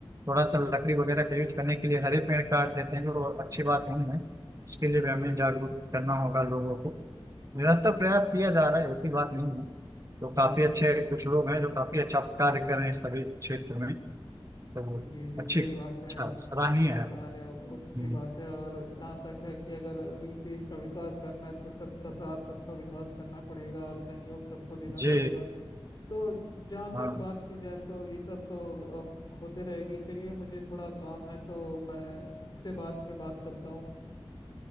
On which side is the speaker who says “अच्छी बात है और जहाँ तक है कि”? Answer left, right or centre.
Left